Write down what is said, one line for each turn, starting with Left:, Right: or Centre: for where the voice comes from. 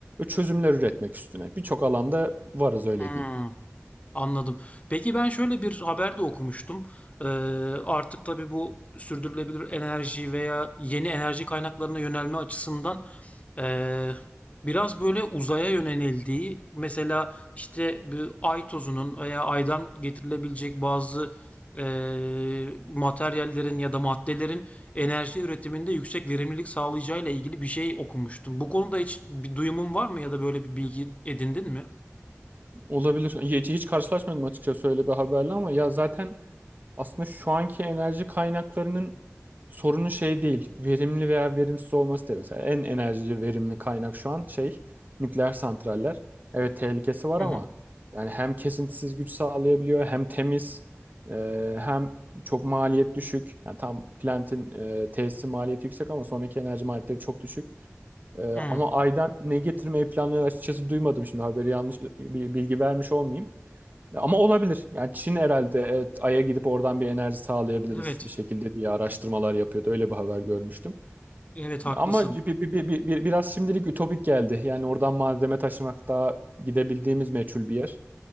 Right: çözümler üretmek üstüne. Birçok alanda varız öyle
Left: hmm,
Right: diyeyim.
Left: anladım. Peki ben şöyle bir haber de okumuştum. Ee, artık tabii bu sürdürülebilir enerji veya yeni enerji kaynaklarına yönelme açısından ee, biraz böyle uzaya yönelildiği, mesela işte bir ay tozunun veya aydan getirilebilecek bazı ee, materyallerin ya da maddelerin enerji üretiminde yüksek verimlilik sağlayacağıyla ilgili bir şey okumuştum. Bu konuda hiç bir duyumun var mı ya da böyle bir bilgi edindin mi?
Right: Olabilir. Hiç, hiç karşılaşmadım açıkçası öyle bir haberle ama ya zaten Aslında şu anki enerji kaynaklarının sorunu şey değil. Verimli veya verimsiz olması değil. Mesela en enerji verimli kaynak şu an şey nükleer santraller. Evet tehlikesi var
Left: Hı
Right: ama
Left: hı.
Right: yani hem kesintisiz güç sağlayabiliyor hem temiz e, hem çok maliyet düşük. Yani tam Plant'in e, tesisi maliyeti yüksek ama sonraki enerji maliyetleri çok düşük. E,
Left: Hı.
Right: ama Ay'dan ne getirmeyi planlıyor açıkçası duymadım. Şimdi haberi yanlış bir bilgi vermiş olmayayım. Ama olabilir. Yani Çin herhalde evet, Ay'a gidip oradan bir enerji sağlayabiliriz
Left: Evet.
Right: bir şekilde diye araştırmalar yapıyordu. Öyle bir haber görmüştüm.
Left: Evet haklısın.
Right: Ama bir, bir, bir, bir- bir- biraz şimdilik ütopik geldi. Yani oradan malzeme taşımak daha gidebildiğimiz meçhul bir yer.